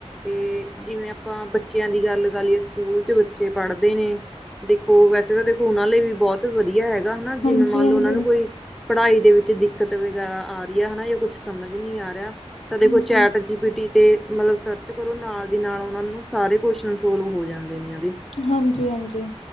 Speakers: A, in the centre; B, on the left.
A: ਤੇ ਜਿਵੇਂ ਆਪਾਂ ਬੱਚਿਆਂ ਦੀ ਗੱਲ ਕਰ ਲਈਏ, ਸਕੂਲ ਚ ਬੱਚੇ ਪੜ੍ਹਦੇ ਨੇ ਦੇਖੋ ਵੈਸੇ ਤਾਂ ਦੇਖੋ, ਉਹਨਾਂ ਲਈ ਵੀ ਬਹੁਤ ਵਧੀਆ ਹੈਗਾ, ਹਨਾ ਜਿਵੇਂ
B: ਹਾਂਜੀ
A: ਮੰਨ ਲਓ ਉਹਨਾਂ ਨੂੰ ਕੋਈ ਪੜ੍ਹਾਈ ਦੇ ਵਿੱਚ ਦਿੱਕਤ ਵਗੈਰਾ ਆ ਰਹੀ ਹੈ ਹਨਾ, ਜਾਂ ਕੁਛ ਸਮਝ ਨਹੀਂ ਆ ਰਿਹਾ ਤਾਂ ਦੇਖੋ
B: ਹਾਂਜੀ
A: ਚੈਟ ਡੀ ਪੀ ਟੀ ਤੇ ਮਤਲਬ ਸਰਚ ਕਰੋ, ਨਾਲ ਦੀ ਨਾਲ ਉਹਨਾਂ ਨੂੰ ਸਾਰੇ ਕੁਸ਼ਨ ਸੋਲਵ ਹੋ ਜਾਂਦੇ ਨੇ ਉਹਦੇ
B: ਹਾਂਜੀ, ਹਾਂਜੀ।